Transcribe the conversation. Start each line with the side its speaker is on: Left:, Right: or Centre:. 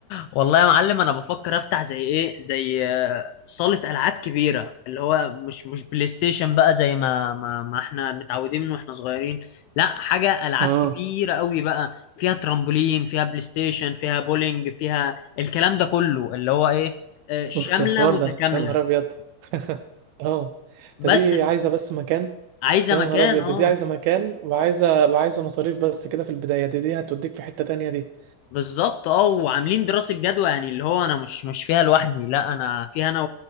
Left: والله يا معلم انا بفكر افتح زي ايه زي آه، صالة العاب كبيرة اللي هو مش مش بلاي ستيشن بقى زي ما ما, ما احنا متعودين من واحنا صغيرين لا حاجة العاب
Right: اه
Left: كبيرة قوي بقى فيها ترامبولين فيها بلاي ستيشن فيها بولينج فيها الكلام ده كله اللي هو ايه آه، شاملة
Right: اوف ده حوار
Left: متكاملة
Right: ده يا نهار ابيض <laughs> اه
Left: بس
Right: ده دي
Left: ف-
Right: عايزة بس مكان
Left: عايزه
Right: يا
Left: مكان
Right: نهار ابيض
Left: اه
Right: ده دي عايزة مكان وعايزة وعايزة مصاريف بس كده في البداية دي دي هتوديك في حتة تانية دي
Left: بالظبط اه وعاملين دراسه جدوى يعني اللي هو انا مش مش فيها لوحدي لا انا فيها انا